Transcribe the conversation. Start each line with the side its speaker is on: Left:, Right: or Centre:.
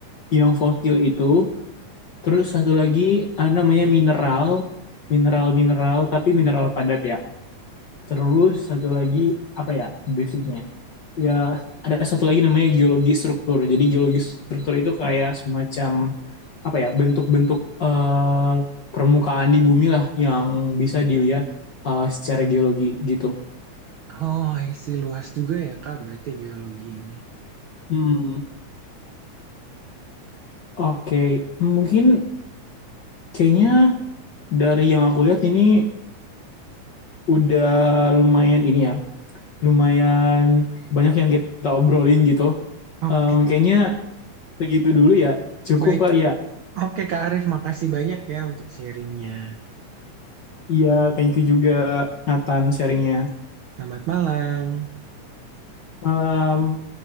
Left: yang fosil itu, terus satu lagi ada namanya mineral, mineral-mineral tapi mineral padat ya. Terus satu lagi apa ya? Basicnya ya ada satu lagi namanya geologi struktur. Jadi geologi struktur itu kayak semacam apa ya bentuk-bentuk eh, permukaan di bumi lah yang bisa dilihat eh, secara geologi gitu.
Right: oh, I see. Luas juga ya Kak, berarti geologi ini.
Left: Hmm, oke. okay. Mungkin kayaknya dari yang aku lihat ini udah lumayan ini ya, lumayan banyak yang kita obrolin gitu.
Right: Oke,
Left: Em, kayaknya segitu dulu ya. Cukup
Right: baik.
Left: kali ya.
Right: Oke, Kak Arif, makasih banyak ya untuk sharingnya.
Left: Iya, thank you juga Nathan sharingnya.
Right: Selamat malam.
Left: Malam.